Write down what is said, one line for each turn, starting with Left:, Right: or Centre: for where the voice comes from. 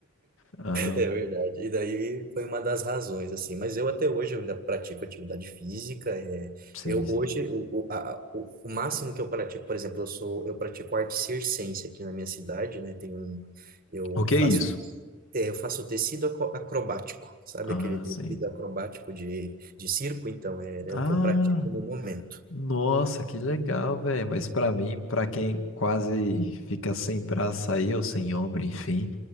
Left: Aham,
Right: É verdade. E daí foi uma das razões, assim. Mas eu até hoje eu ainda pratico atividade física. É,
Left: sim,
Right: eu
Left: sim.
Right: hoje o, o, a- a- o, o máximo que eu pratico, por exemplo, eu sou eu pratico arte circense aqui na minha cidade, né? Tem um eu
Left: O que
Right: faço
Left: é isso?
Right: é, eu faço tecido acro- acrobático, sabe
Left: Ah,
Right: aquele tecido
Left: sim.
Right: acrobático de, de circo? Então é, é
Left: Ah,
Right: o que eu pratico no momento.
Left: nossa, que legal, velho. Mas pra mim, pra quem quase fica sem braço aí, ou sem ombro, enfim,